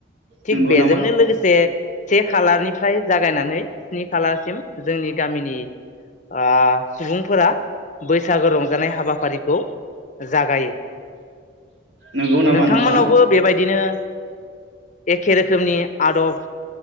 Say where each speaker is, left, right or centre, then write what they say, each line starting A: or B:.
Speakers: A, on the left; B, on the right.
A: थिक
B: नंगौ
A: बेजोंनो
B: नामा
A: लोगोसे से खालारनिफ्राय जागायनानै स्नि खालारसिम जोंनि गामिनि आ सुबुंफोरा बैसागो रंजानाय हाबाफारि खौ जागायो,
B: नंगौ नामा
A: नोंथावमोन्नावबो
B: नोंथां
A: बेबादिनो <unintelligible> एखे रोखोमनि आदब